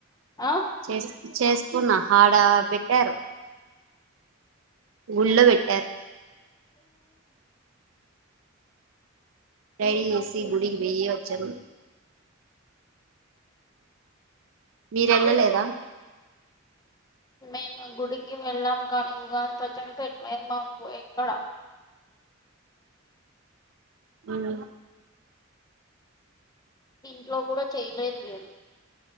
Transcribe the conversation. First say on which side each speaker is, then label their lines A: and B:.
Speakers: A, on the left; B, on the right.
A: ఆ
B: చెస్ చెస్ కున్న హడ పెట్టారు గుళ్లో బెట్టారు రెడి చేసి గుడికి పొయ్యి వచ్చాము మీరెళ్ళలేద
A: మేము గుడికి వెళ్ళాం కాని ఉగాది పచ్చడ పెట్టలేదు మాకు ఎక్కడ
B: ఉమ్
A: ఇంట్లో కూడ చేయలేదు నేను